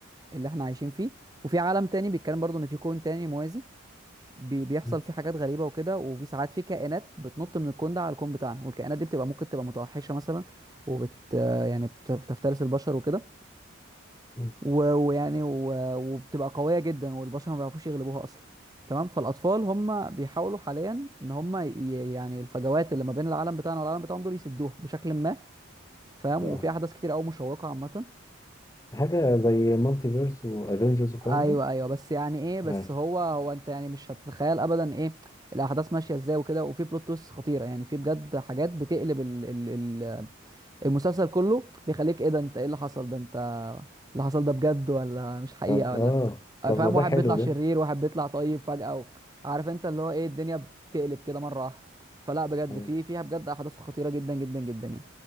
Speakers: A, on the right; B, on the left.
A: اللي احنا عايشين فيه وفي عالم تاني بيتكلم برضو ان في كون تاني موازي بي بيحصل
B: مم.
A: فيه حاجات غريبة وكده وفي ساعات في كائنات بتنط من الكون ده على الكون بتاعنا والكائنات دي بتبقى ممكن تبقى متوحشة مثلا وبت آه، يعني بت- بتفترس البشر وكده
B: مم.
A: و- ويعني و- وبتبقى قوية جدا والبشر ما بيعرفوش يغلبوها اصلا تمام فالاطفال هم بيحاولوا حاليا ان هم ي- يعني الفجوات اللي ما بين العالم بتاعنا والعالم بتاعهم دول يسدوها بشكل ما فاهم
B: اه
A: وفي احداث كتير قوي مشوقه عامه
B: حاجة زي مالتي فيرس وافنجرز والكلام
A: ايوه
B: ده
A: ايوه بس يعني ايه بس
B: آه.
A: هو هو انت يعني مش هتتخيل ابدا ايه الاحداث ماشيه ازاي وكده وفي بلوت تويست خطيره يعني في بجد حاجات بتقلب ال ال ال المسلسل كله بيخليك ايه ده انت ايه اللي حصل ده انت اللي حصل ده بجد ولا مش حقيقه
B: طب
A: ولا
B: اه طب
A: فاهم
B: ما ده
A: واحد
B: حلو
A: بيطلع شرير
B: ده
A: واحد بيطلع طيب فجاه و... عارف انت اللي هو ايه الدنيا بتقلب كده مره واحده فلا بجد
B: <laughs>
A: في فيها بجد احداث خطيره جدا جدا جدا يعني